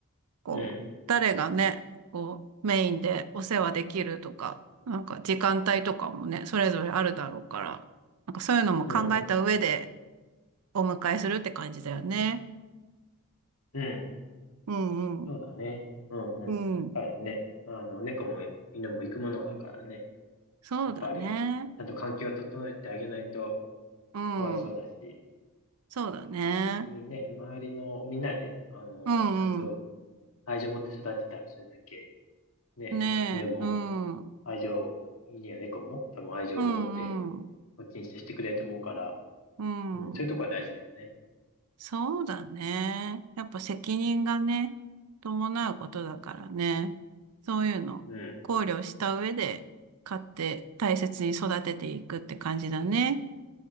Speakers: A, on the right; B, on the left.
A: こう、
B: うん。
A: 誰がね、こう、メインでお世話できるとか、なんか時間帯とかもね、それぞれあるだろうから、なんかそういうのも考えた上で
B: うん。
A: お迎えするって感じだよね。
B: うん。
A: うんうん。
B: そうだね。うんうん。
A: うん。
B: やっぱりね、あの、猫も犬も行くものだからね。
A: そうだね。
B: やっぱり、ちゃんと環境を整えてあげないと
A: うん。
B: かわいそうだし、
A: そうだね。
B: 逆にね、周りのみんなで、あの、
A: うんうん。
B: ちゃんと愛情を持って育てたらそれだけ、ね、
A: ねえ。
B: 犬も
A: うん。うん
B: 愛情には猫も多分愛情を持って
A: うん。
B: こっちに接してくれると思うから、
A: うん。
B: うん、そういうとこは大事だよね。
A: そうだね。やっぱ責任がね、伴うことだからね。そういうの考慮した上で買って大切に育てていくって感じだね。
B: うん、